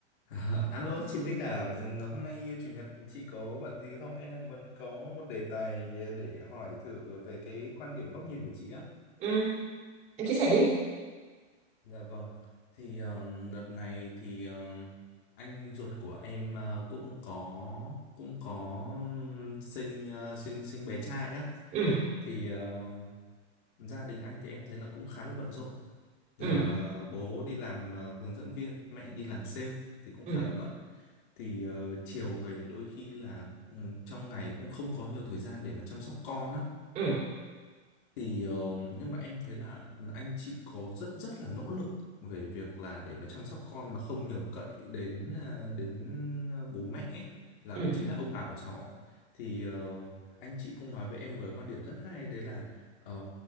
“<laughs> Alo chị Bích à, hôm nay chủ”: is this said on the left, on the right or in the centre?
Left